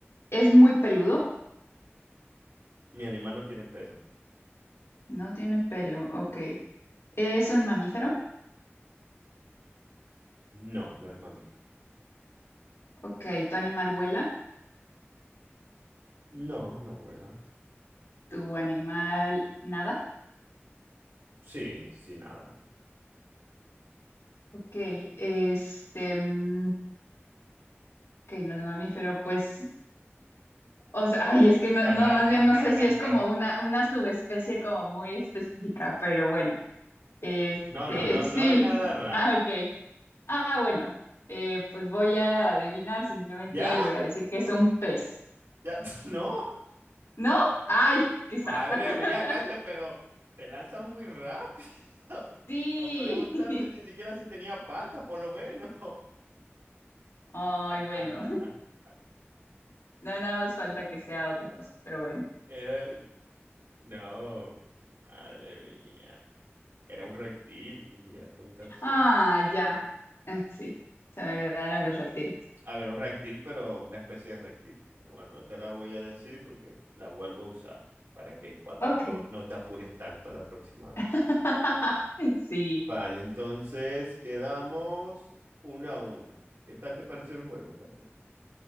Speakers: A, on the left; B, on the right.
A: es muy peludo,
B: Mi animal no tiene pelo, Katia.
A: no tiene pelo, ok. Es un mamífero,
B: No, no es mamífero.
A: ok. Tu animal vuela,
B: No, no vuela.
A: tu animal nada,
B: Sí, sí, nada.
A: ok. Este, mm, ok, no es mamífero, pues O sea, ay, es que no,
B: <laughs>
A: no, más bien no sé si es como una, una subespecie como muy específica, pero bueno, este,
B: No, no, no,
A: <laughs> sí,
B: no es nada raro.
A: ah, ok, ah, bueno, eh, pues voy a adivinar, simplemente
B: ¿Ya?
A: voy a decir que es un pez,
B: ¿Ya? <laughs> ¿No?
A: ¿no? Ay, qué
B: Madre
A: sad. <laughs>
B: mía, Katia, pero te lanzas muy rápido. <laughs>
A: Sí,
B: No preguntaste
A: <laughs>
B: ni siquiera si tenía patas, por lo menos.
A: ay,
B: <laughs>
A: bueno, <laughs> no, nada más falta que sea otra cosa, pero bueno,
B: Era, no, madre mía. Era un reptil, ni siquiera preguntaste si
A: ah,
B: era.
A: ya, Ah, sí, se me olvidaron los reptiles,
B: A ver, un reptil, pero una especie de reptil. Pero bueno, no te la voy a decir porque la vuelvo a usar para que cuando
A: ok,
B: no, no te apures tanto la próxima vez.
A: <laughs> sí.
B: Vale, entonces quedamos uno a uno. ¿Qué tal te pareció el juego, Katia?